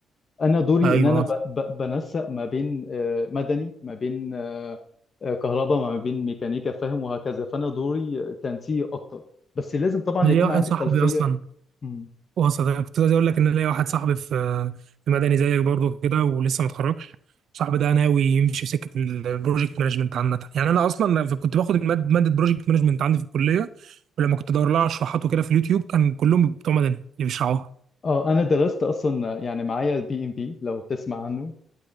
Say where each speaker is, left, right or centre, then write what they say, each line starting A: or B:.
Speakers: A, on the left; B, on the right.
A: انا دوري
B: ايوه
A: ان انا ب- ب- بنسق ما بين آه، مدني ما بين آه، آه، كهرباء ما بين ميكانيكا فاهم وهكذا فانا دوري تنسيقي اكتر بس لازم طبعا
B: ليا
A: يكون
B: واحد
A: عندي
B: صاحبي
A: خلفيه
B: اصلا
A: مم.
B: وسط أنا كنت عايز اقول لك ان أنا ليا واحد صاحبي في في مدني زيك برضه كده ولسه ما اتخرجش صاحبي ده ناوي يمشي في سكه البروجكت مانجمنت عامه يعني انا اصلا ف- كنت باخد الماد- ماده بروجكت مانجمنت عندي في الكليه ولما كنت ادور لها على شروحات وكده في اليوتيوب كان كلهم بتوع مدني اللي بيشرحوها
A: اه انا درست اصلا يعني معايا البي ام بي لو تسمع عنه